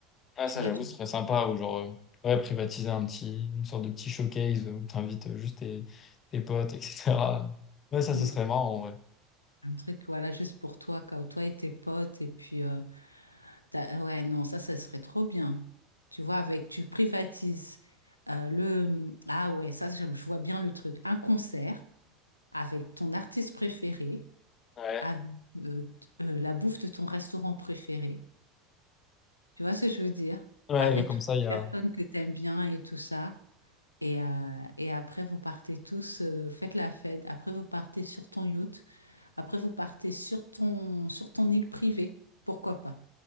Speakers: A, on the left; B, on the left.
A: ouais,
B: Tu
A: ça,
B: vois,
A: j'avoue,
B: tu
A: ce
B: dis,
A: serait sympa ou genre, euh, ouais, privatiser un petit, une sorte de petit showcase où t'invites euh, juste tes, tes potes, etc. Ouais, ça,
B: ah non,
A: ce serait
B: c'est
A: marrant, en vrai.
B: un truc, voilà, juste pour toi, quand toi et tes potes, et puis, euh, t'as- euh, ouais, non, ça, ça serait trop bien. Tu vois, avec, tu privatises euh, le, ah ouais, ça, je je vois bien le truc. Un concert avec ton artiste préféré.
A: Ouais.
B: avec euh, t- euh, la bouffe de ton restaurant préféré. Tu vois ce que je veux dire?
A: Ouais,
B: Avec
A: là, comme
B: toutes
A: ça, il y a,
B: les personnes que tu aimes bien et tout ça. Et, euh, et après, vous partez tous, euh, faites la fête. Après, vous partez sur ton yacht. Après, vous partez sur ton, sur ton île privée. Pourquoi pas?